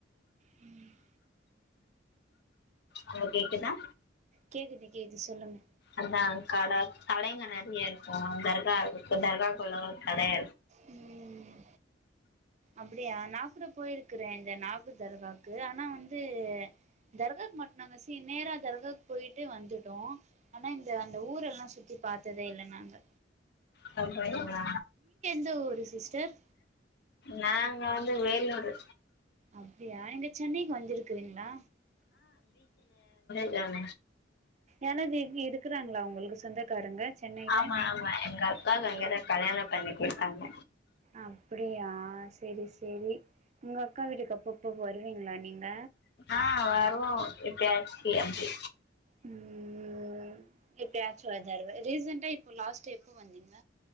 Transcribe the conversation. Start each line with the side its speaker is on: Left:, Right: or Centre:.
Right: ம்
Left: அங்க கேக்குதா
Right: கேக்குது கேக்குது சொல்லுங்க
Left: அதா கட கடைங்க நெறை ய இருக்கு தர்கா தர்காக்குள்ள கடைய
Right: ம் அப்டியா நாகூட போயிருக்கறே இந்த நாகூர் தர்காக்கு ஆனா வந்து தர்காக்கு மட்டு நாங்க சி நேரா தர்காக்கு போயிட்டு வந்துட்டோ ஆனா இந்த அந்த ஊரெல்லா சுத்தி பாத்ததே இல்ல நாங்க
Left: சாப்பரீங்களா
Right: ந்ந ஊரு சிஸ்டர்
Left: நாங்க வந்து வேலூரு
Right: அப்டியா எங்க சென்னைக்கு வந்திருக்குறீங்களா
Left: யான
Right: எனக்கு து இருக்குறாங்களா உங்களுக்கு சொந்தக்காரங்க சென்னையில
Left: ஆமா ஆமா எங்க அக்காக்கு அங்கதா கல்யாண பண்ணி கொடுத் தாங்க
Right: அப்டியா செரி செரி உங்கக்கா வீட்டுக்கு அப்பப்ப வருவீங்களா நீங்க
Left: ஆஹ் வருவோ எப்பயாச்சு அப்டி
Right: உம் எப்பயாச்சு ஒரு தடவ ரீசண்டா இப்ப லாஸ்ட்டா எப்போ வந்தீங்க